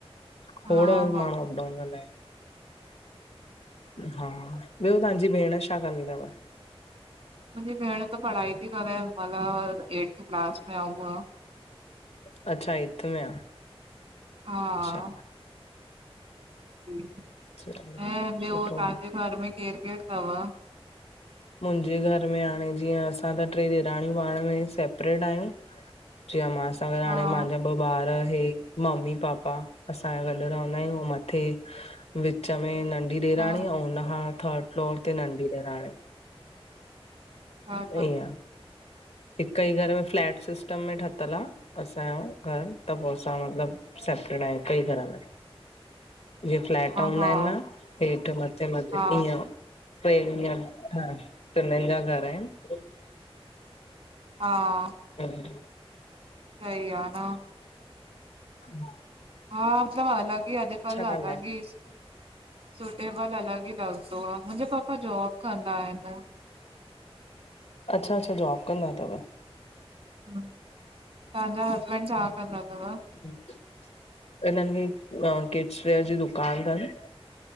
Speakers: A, on the left; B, on the right.
A: खोड़
B: हा
A: माण्हूं
B: हा
A: अप डाउन कंदा एन। हा, ॿियो तांजी भेण छा कंदी तव?
B: मुंजी भेण त पढ़ाई ती करे, हिनमाल और एर्थ क्लस में आ उहा।
A: अच्छा, एथ में आ।
B: हा
A: अच्छा
B: जी,
A: चलो
B: ऐं ॿियो
A: सुठो
B: तहांजे
A: आ
B: घर में केरु केरु तव?
A: मुंजे घर में हाणे जीअं असां त ट्रे ॾेराणियूं पांण में सेपरेड आहियूं चिया मास असां गॾु हांणे
B: हा हा
A: मांजा ॿ ॿार हे, मम्मी पापा असांया गॾु रहंदा आहियूं अंउं मथ मथे विच में नंढी ॾेराणी
B: ॾाढा
A: अंऊं उन खां थर्ड फ्लोर ते नंढी ॾेराणी
B: हा
A: वही आ हिक ई घर में फ्लैट सिस्टम में ठतल आ असांयो घर त पो असां मतिलबु सेपरेड आहियंउं हिक ई घर में जीअं फ्लैट हूंदा
B: हा
A: इनि न हेठि मथे मथे
B: हा
A: ईअं ट्रे हींय, हा ट्रिनिनि जा घर इनि
B: हा।
A: हम्म।
B: सह आ न
A: हा।
B: हा मतिलब अलॻ ई अॼुकल्ह
A: कंदा
B: अलॻि
A: आहिन?
B: ई सि सुटेबल अलॻि ई लॻंदो आ मुंजा पापा जॉब कंदा इनि
A: अच्छा -अच्छा जॉब कंदा तव
B: हुं, तहांजा हसबैंड छा कंदा तव?
A: हम्म। हिननि जी अ किड्सवेयर जी दुकान तनि